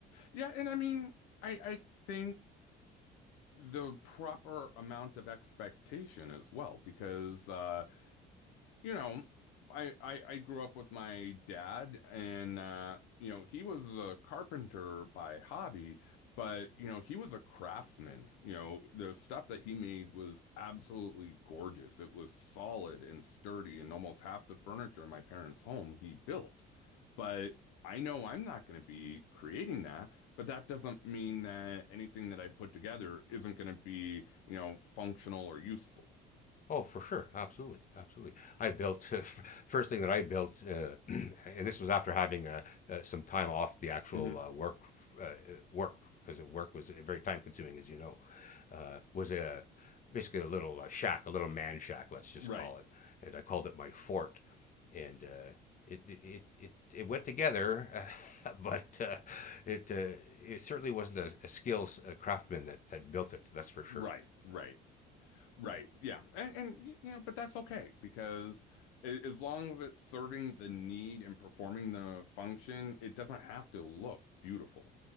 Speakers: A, on the left; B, on the left.
A: Yeah, and I mean, I I think the proper amount of expectation as well because uh you know, I, I I grew up with my dad, and uh, you know, he was a carpenter by hobby, but you know, he was a craftsman. You know, the stuff that he made was absolutely gorgeous. It was solid and sturdy, and almost half the furniture in my parents' home he built. But I know I'm not going to be creating that, but that doesn't mean that anything that I put together isn't going to be, you know, functional or useful.
B: Oh, for sure. Absolutely. Absolutely. I built, <laughs> uh, f first thing that I built, uh, <clears throat> and this was after having uh, uh, some time off the actual
A: hmm
B: uh, work, uh, uh, work, because work was uh, very time consuming, as you know, uh, was a, basically a little uh, shack, a little man shack, let's just
A: Right,
B: call it. And I called it my fort. And uh, it, it, it, it went together, <laughs> uh, but uh, it, uh, it certainly wasn't a, a skills uh craftsman that, that built it, that's for sure.
A: right, right. Right.
B: Yeah.
A: Yeah. And, and you know, but that's okay because a- as long as it's serving the need and performing the function, it doesn't have to look beautiful.